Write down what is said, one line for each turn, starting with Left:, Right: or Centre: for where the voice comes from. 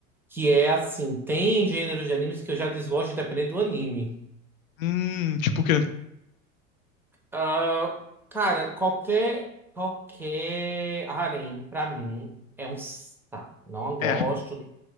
Centre: que é assim, tem gêneros de animes que eu já desgosto independente do anime.
Left: Hum, tipo o quê?
Centre: Ah, cara, qualquer qualquer harém pra mim é um saco. Não gosto,
Left: É,